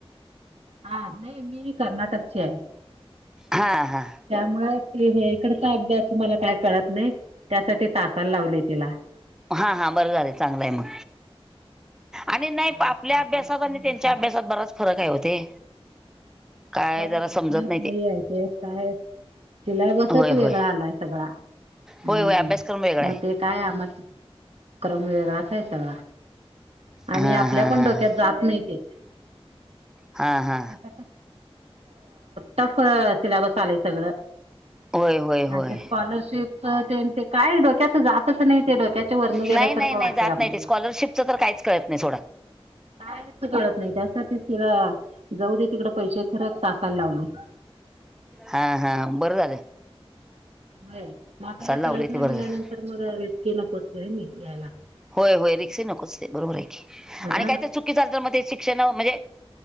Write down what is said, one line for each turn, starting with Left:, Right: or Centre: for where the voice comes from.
Right: हा नाही मी कर्नाटकची हाय.
Centre: हा हां
Right: त्यामुळे त हे इकडचा अभ्यास मला काय कळत नाही त्यासाठी तासाला लावले तिला.
Centre: हा हा बरं झालं चांगलंय मग. आणि नाही
Right: हा
Centre: आपल्या
Right: मग
Centre: अभ्यासात
Right: तास तेन
Centre: आणि
Right: घेत्यातच.
Centre: त्यांच्या अभ्यासात बराच फरक आहे ओ ते काय
Right: बरक
Centre: जरा
Right: डिफरन्स
Centre: समजत नाही
Right: लई आहे ते काय सिलॅबसच
Centre: होय
Right: वेगळा
Centre: होय
Right: आलाय सगळा. हम्म
Centre: होय होय अभ्यासक्रम वेगळा
Right: मग
Centre: आहे.
Right: ते काय अभ्यासक्रम वेगळाच आहे सगळा. आणि
Centre: हा
Right: आपल्या
Centre: हा
Right: पण
Centre: हा
Right: डोक्यात जात नाही ते
Centre: हा हा
Right: आता टफ सिलेबस आलेय सगळं
Centre: होय होय होय
Right: आणि ते स्कॉलरशिप ते काय डोक्यात जात तस नाही ते डोक्याच्या वरण गेल्यासारखं
Centre: नाही नाही नाही
Right: वाटतंय
Centre: जात
Right: आपल्याला
Centre: नाही ते स्कॉलरशिपचं तर काहीच कळत नाही सोडा.
Right: कायच कळत नाही त्यासाठीच तिला जाऊ दे तिकडे पैसे खरच टाकायला लावले.
Centre: हा हा बरं झाल.
Right: होय मग आपल्याला
Centre: लावले
Right: कळत नाही
Centre: ते बरं
Right: म्हणल्या
Centre: झालं.
Right: नंतर मग रिस्की नकोच आहे रिक्स घ्यायला.
Centre: होय होय रिस्की नकोच ते बरोबर आहे की
Right: हा
Centre: आणि काय तर चु शिक्षण म्हणजे